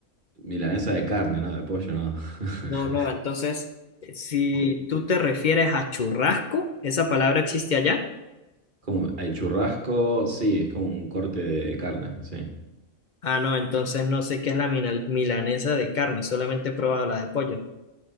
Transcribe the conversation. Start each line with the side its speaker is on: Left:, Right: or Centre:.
Right: Milanesa de carne, ¿no? De pollo, ¿no? <laughs>
Left: No, no, entonces, si
Right: De-
Left: tú te refieres a churrasco, ¿esa palabra existe allá?
Right: Como el churrasco, sí, es como un corte de carne, sí.
Left: Ah, no, entonces no sé qué es la mina- milanesa de carne, solamente he probado la de pollo.